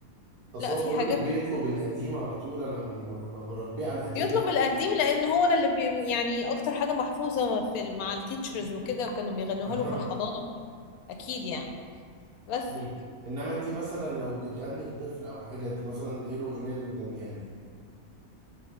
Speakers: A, on the right; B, on the left.
A: اصل
B: لا
A: هو
B: في
A: بقول
B: حاجات
A: لك بيطلب القديم على طول انا م- م- مربيه على القديم
B: يطلب القديم لان هو اللي بي... يعني اكتر حاجة محفوظة في ال- مع التيتشرز وكده وكانوا بيغنوها
A: اها
B: له في الحضانة اكيد يعني بس
A: مم. انما انت مثلا لو بتغني لطفل او حاجه انت مثلا ايه الاغنيه اللي بتغنيها له